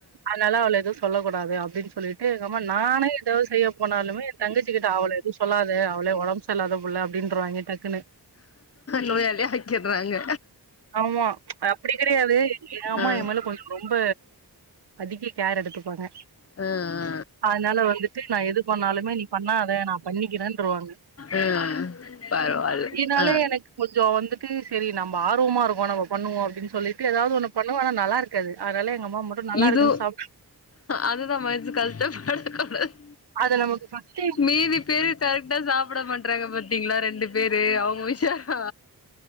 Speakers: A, on the right; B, on the left.
A: ஆனால அவள எது சொல்லக் கூடாது அப்டின் சொல்லிட்டு எங்கம்மா நானே எதாது செய்ய போனாலுமே எ தங்கச்சிக்கிட்ட அவள எது சொல்லாத அவளே ஒடம்பு சரில்லாத புள்ள அப்டின்றுவாய்ங்க டக்குன்னு
B: நோயாளியா ஆக்கிட்றாங்க
A: ஆமா அது அப்டி கெடயாது எ அம்மா
B: ஆ
A: எ மேல கொஞ் ரொம்ப அதிக கேர் எடுத்துப்பாங்க
B: அ ஆ
A: ஆனால வந்துட்டு நா எது பண்ணாலுமே நீ பண்ணாத நா பண்ணிக்கிறேன்ருவாங்க
B: ம் பரவால்ல
A: இதனாலே
B: ஆ
A: எனக்கு கொஞ்சோ வந்துட்டு செரி நம்ப ஆர்வமாருக்கோ நம்ப பண்ணுவோ அப்டின் சொல்லிட்டு எதாது ஒன்னு பண்ணுவே ஆனா நல்லாரு க்காது ஆனால எங்கம்மா மட்டு நல்லாருக்குன்
B: இது
A: சாப்
B: அதுதா மனசு கஷ்டப்படக்கூடாது
A: அது நமக்கு ஃபர்ஸ்ட்
B: மீதி பேரு இந்தா சாப்ட மாட்றாங்க பாத்தீங்ளா ரெண்டு பேரு அவ்ங்க உஷாரா